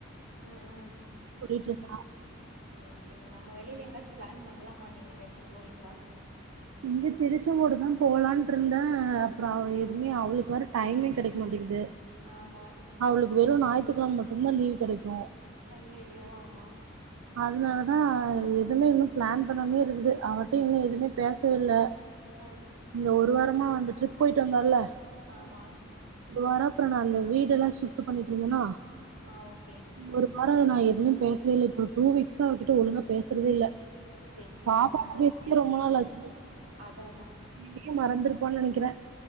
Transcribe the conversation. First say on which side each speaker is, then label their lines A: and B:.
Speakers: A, on the right; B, on the right.
A: ம் ம்
B: சொல்லிட்டு இருந்தா
A: செரி செரி நம்ம வெளியில எங்கயாச்சு பிளான் பண்ணலாமா நீ எங்கையாச்சு போறீங்களா
B: எங்க திருச்செங்கோடு தா போலான்ட்டு இருந்தே அப்றோ எதுவுமே அவளுக்கு வேற டைமே கிடைக்க மாட்டேங்கிது
A: ஆமா.
B: அவளுக்கு வெறு ஞாயிற்றுக்கிழம மட்டுதா லீவ் கிடைக்கு
A: ஐயையோ ஆமா
B: அதனாலதா எதுவுமே இன்னு பிளான் பண்ணாமே இருந்து அவகிட்ட இன்னு எதுவுமே பேசவே இல்ல
A: ஆ
B: இந்த ஒரு வாரமா அந்த ட்ரிப் போயிட்டு வந்தோல
A: ஆமா.
B: வர அப்றோ நா அந்த வீடு எல்லா ஷிஃப்ட் பண்ணிட்டு இருந்தேனா
A: ஆ ஓகே
B: ஒரு வாரோ நா எதுவுமே பேசவே இல்ல இப்போ டூ வீக்ஸ்சா அவகிட்ட ஒழுங்கா பேசுறதே இல்ல
A: சேரி சேரி.
B: பாப்பா பேசியே
A: ஃப்ரீ
B: ரொம்ப
A: டைம்
B: நாள் ஆச்சு
A: அதா அதா
B: என்னயு மறந்திருப்பானு நெனைக்கிறே